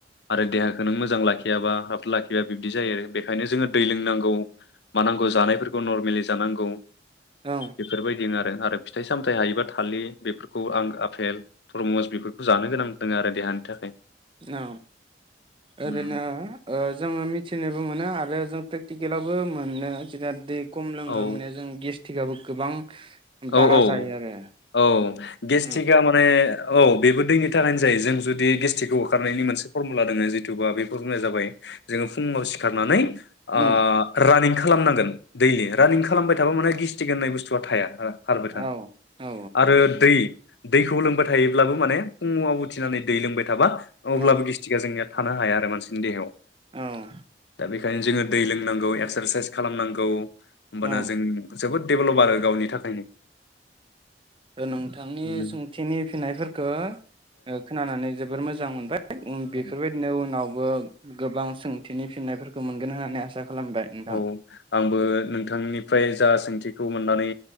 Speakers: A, on the left; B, on the right.
A: आरो देहाखौ नों मोजां लाखियाबा हाब लाखिबा बिबदि जायो आरो बेखायनो जोङो दै लोंनांगौ मानांगौ जानायफोरखौ नरमेलि जानांगौ
B: औ
A: बेफोरबायदि आरो आरो फिथाइ सामथाइ हायोबा थालिर बेफोरखौ आरो आफेल थरमुस बेफोरखौ जानो गोनां दङ आरो देहानि थाखाय।
B: औ
A: उम
B: ओरैनो ओ जोङो मिथिनोबो मोनो आरो जों प्रेकटिकेलावबो मोनो जोंना दै खम लोङो
A: औ
B: माने जों गेस थिगाबो गोबां बारा
A: औ औ
B: जायो आरो
A: औ गेस्टिकआ
B: उम
A: माने औ बेबो दैनि थाखायनो जायो जों जुदि गेस्ट्रिकखौ होखारनायनि मोनसे फरमुला दङ जिथुबा बे फरमुलाया जाबाय जोङो फुङाव सिखारनानै आ
B: उम
A: रान्निंग खालामनांगोन दैयलि, रान्निंग खालामबाय थाबा माने गेस्ट्रिक होननाय बुस्थुआ थाया। खारबाय था
B: औ औ
A: आरो दै दैखौ लोंबाय थायोब्लाबो माने फुङाव उथिनानै दै लोंबाय थाबा अब्लाबो
B: औ
A: गिस्टिकआ जोंनिया थानो हाया आरो मानसिनि देहायाव
B: औ
A: दा बेखायनो जोङो दै लोंनांगौ, एक्सारसाइस खालामनांगौ। होमबाना
B: औ
A: जों जोबोद डेभलप आरो गावनि थाखायनो।
B: अ' नोंथांनि
A: उम
B: सोंथिनि फिन्नायफोरखौ खोनानानै जोबोर मोजां मोनबाय बेफोरबायदिनो
A: औ
B: उनाव बो गोबां सोंथिनि फिननायफोरखौ मोनगोन होननानै आसा खालामबाय नोंथां
A: औ आंबो नोंथांनिफ्राय जा सोंथि खौ मोननानै